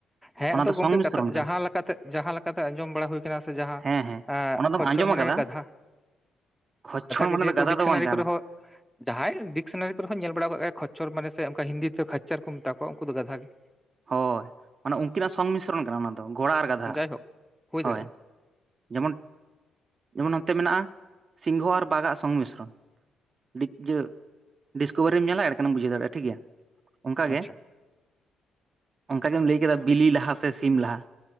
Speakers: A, in the centre; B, on the right (about 40°).
A: ᱦᱮᱸ
B: ᱚᱱᱟ
A: ᱟᱫᱚ
B: ᱫᱚ
A: ᱜᱚᱝᱠᱮ
B: ᱥᱚᱝᱢᱤᱥᱨᱚᱱ
A: ᱠᱟᱛᱷᱟ
B: ᱠᱟᱱᱟ
A: ᱡᱟᱦᱟᱸ ᱞᱮᱠᱟ ᱛᱮ ᱡᱟᱦᱟᱸ ᱞᱮᱠᱟ ᱛᱮ ᱟᱸᱡᱚᱢ ᱵᱟᱲᱟ ᱦᱩᱭ ᱠᱟᱱᱟ ᱥᱮ ᱡᱟᱦᱟᱸᱼᱼ
B: ᱦᱮᱸ ᱦᱮᱸ
A: ᱦᱟᱸ
B: ᱚᱱᱟ ᱫᱚᱢ
A: ᱠᱷᱚᱪᱪᱚᱲ
B: ᱟᱸᱡᱚᱢ
A: ᱢᱟᱱᱮ
B: ᱟᱠᱟᱫᱟ
A: ᱜᱮ ᱜᱟᱫᱷᱟ
B: ᱠᱷᱚᱪᱪᱚᱲ ᱢᱟᱱᱮ
A: ᱜᱮ ᱡᱮᱦᱮᱛᱩ
B: ᱫᱚ ᱜᱟᱫᱷᱟ
A: ᱰᱤᱠᱥᱱᱟᱨᱤ
B: ᱫᱚ ᱵᱟᱝ ᱠᱟᱱᱟ
A: ᱠᱚᱨᱮ ᱦᱚᱸ ᱡᱟᱦᱟᱸᱭ ᱰᱤᱠᱥᱱᱟᱨᱤ ᱠᱚᱨᱮ ᱦᱚᱸᱧ ᱧᱮᱞ ᱵᱟᱲᱟᱣ ᱟᱠᱟᱜ ᱜᱮᱭᱟ ᱠᱷᱚᱪᱚᱨ ᱢᱟᱱᱮ ᱥᱮ ᱚᱱᱠᱟ ᱦᱤᱱᱫᱤ ᱛᱮ ᱠᱷᱚᱪᱟᱨ ᱠᱚ ᱢᱮᱛᱟ ᱠᱚᱣᱟ ᱩᱱᱠᱩ ᱫᱚ ᱜᱟᱫᱷᱟ ᱜᱮ
B: ᱦᱳᱭ ᱢᱟᱱᱮ ᱩᱱᱠᱤᱱᱟᱜ ᱥᱚᱝᱢᱤᱥᱨᱚᱱ ᱠᱟᱱᱟ ᱚᱱᱟ ᱫᱚ ᱜᱷᱚᱲᱟ ᱟᱨ ᱜᱟᱫᱷᱟ
A: ᱜᱮ ᱡᱟᱭᱦᱳᱠ ᱦᱩᱭ
B: ᱦᱳᱭ
A: ᱫᱟᱲᱮᱭᱟᱜᱼᱟ
B: ᱡᱮᱢᱚᱱ ᱡᱮᱢᱚᱱ ᱱᱚᱛᱮ ᱢᱮᱱᱟᱜᱼᱟ ᱥᱤᱝᱦᱚᱸ ᱟᱨ ᱵᱟᱠᱟᱜ ᱥᱚᱝᱢᱤᱥᱨᱚᱱ <unintelligible> ᱰᱤᱥᱠᱳᱵᱷᱟᱨᱤᱢ ᱧᱮᱞᱟ ᱮᱰᱮᱠᱷᱟᱱᱮᱢ ᱵᱩᱡᱷᱟᱹ ᱫᱟᱲᱮᱭᱟᱜᱼᱟ ᱴᱷᱤᱠ ᱜᱮᱭᱟ ᱚᱱᱠᱟ ᱜᱮ
A: ᱟᱪᱪᱷᱟ
B: ᱚᱱᱠᱟ ᱜᱮᱢ ᱞᱟᱹᱭ ᱠᱮᱫᱟ ᱵᱤᱞᱤ ᱞᱟᱦᱟ ᱥᱮ ᱥᱤᱢ ᱞᱟᱦᱟᱼᱼ